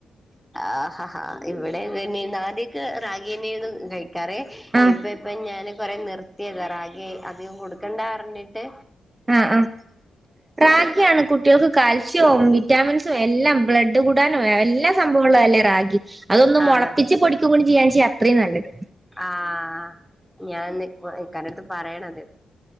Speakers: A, in the centre; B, on the right.
A: ആഹ ഹാ ഇവിടെതന്നെ ആദ്യൊക്കെ റാഗിയന്നെന്നു <unintelligible> കറ
B: ആഹ്
A: ഇപ്പ ഇപ്പ ഞാന് കൊറേ നിർത്തിയതാ റാഗി അധികം കൊടുക്കണ്ട ർഞ്ഞിട്ട്
B: ആ ആ റാഗിയാണ് കുട്ടികൾക്ക് കാൽസ്യവും വിറ്റാമിൻ എല്ലാം ബ്ലഡ് കൂടാനും എല്ലാ സംഭവുള്ള അല്ലേ റഗി അതൊന്ന് മുളപ്പിച്ച്
A: ആണ്
B: പൊടിക്ക ചെയ്യാണ്ച്ചാ അത്രയും നല്ലത്
A: ആഹ ഞാന് ഇക്കാന്റടുത്ത് പറയണത്